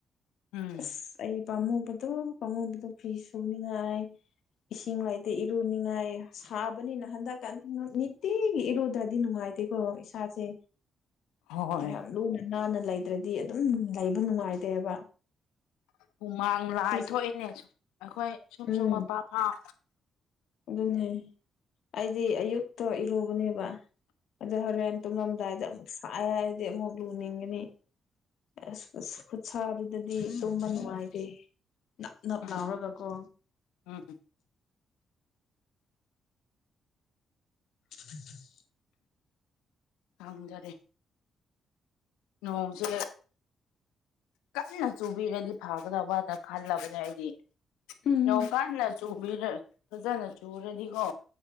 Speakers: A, on the left; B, on the left.
A: ꯎꯝ
B: ꯑꯁ ꯑꯩ ꯄꯥꯝꯃꯨꯕꯗꯣ ꯄꯥꯝꯃꯨꯕꯗꯣ ꯐꯤ ꯁꯨꯅꯤꯉꯥꯏ ꯏꯁꯤꯡ ꯂꯩꯗꯦ ꯏꯔꯨꯅꯤꯡꯉꯥꯏ ꯁꯥꯕꯅꯤꯅ ꯍꯟꯗꯛꯀꯥꯟꯗꯤ ꯅꯤꯇꯤꯒꯤ ꯏꯔꯨꯗ꯭ꯔꯗꯤ ꯅꯨꯡꯉꯥꯏꯇꯦꯀꯣ ꯏꯁꯥꯁꯦ
A: ꯍꯣꯏ
B: ꯌꯥꯝ ꯂꯨꯅ ꯅꯥꯟꯅ ꯂꯩꯇ꯭ꯔꯗꯤ ꯑꯗꯨꯝ ꯂꯩꯕ ꯅꯨꯡꯉꯥꯏꯇꯦꯕ
A: ꯍꯨꯃꯥꯡ ꯂꯥꯢ
B: ꯁꯤꯁꯨ
A: ꯊꯣꯛꯏꯅꯦ ꯑꯩꯈꯣꯏ ꯆꯨ ꯆꯨ
B: ꯎꯝ
A: ꯃꯄꯥ ꯐꯥꯎ
B: ꯑꯗꯨꯅꯦ ꯑꯩꯗꯤ ꯑꯌꯨꯛꯇ ꯏꯔꯨꯕꯅꯦꯕ ꯑꯗꯣ ꯍꯣꯔꯦꯟ ꯇꯨꯝꯂꯝꯗꯥꯏꯗ ꯑꯃꯨꯛ ꯁꯥꯏꯌꯦ ꯍꯥꯏꯔꯗꯤ ꯑꯃꯨꯛ ꯂꯨꯅꯤꯡꯒꯅꯤ ꯑꯁ ꯑ ꯈꯨꯠꯁꯥꯗꯨꯗꯗꯤ ꯇꯨꯝꯕ ꯅꯨꯡꯉꯥꯏꯇꯦ ꯅꯞ ꯅꯞ
A: ꯎꯝ
B: ꯂꯥꯎꯔꯒꯀꯣ
A: <unintelligible> <unintelligible>
B: <inaudible>
A: ꯑꯝꯖꯗꯦ ꯅꯣꯡꯁꯦ ꯀꯟꯅ ꯆꯨꯕꯤꯔꯗꯤ ꯐꯒꯗꯕꯅ ꯈꯜꯂꯕꯅꯦ ꯑꯩꯗꯤ
B: ꯎꯝ
A: ꯅꯣꯡ ꯀꯥꯟꯅ ꯆꯨꯕꯤꯔ ꯐꯖꯅ ꯆꯨꯨꯔꯗꯤꯀꯣ